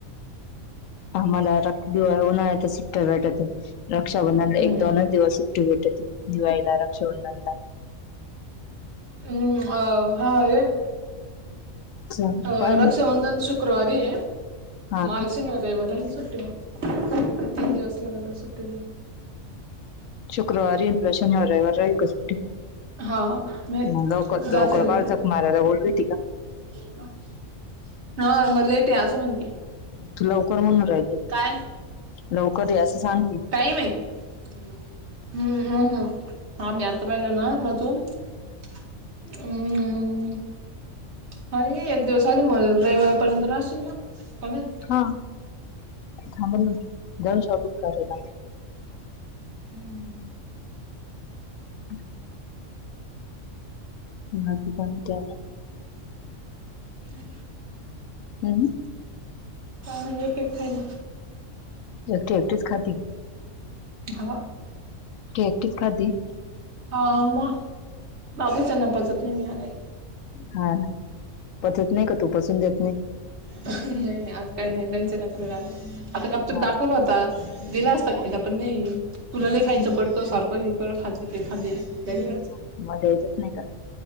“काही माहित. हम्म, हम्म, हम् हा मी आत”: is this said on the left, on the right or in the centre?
Right